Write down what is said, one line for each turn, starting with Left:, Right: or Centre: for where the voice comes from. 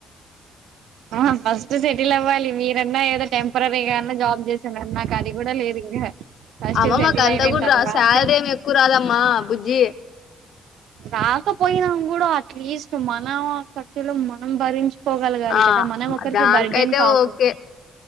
Right: ఆ ఫస్ట్ సెటిల్ అవ్వాలి మీరన్నా ఏదో టెంపరీగా అన్నా జాబ్ చేస్తున్నారు నాకు అది కూడా లేదు ఇంకా ఫస్ట్
Left: అమ్మ
Right: సెటిల్
Left: మాకు అంతా
Right: అయిపోయిన
Left: కూడా
Right: తరువాతే
Left: రా శాలరీ ఏమి ఎక్కువ రాదమ్మా బుజ్జి
Right: రాకపోయినాం కూడా అట్లీస్ట్ మన కర్టలో మనం భరించు పోగలగాలి
Left: ఆ
Right: కదా మనం ఒకరికి
Left: దానికైతే
Right: బర్త్డేన్ కాకుడదు
Left: ఓకే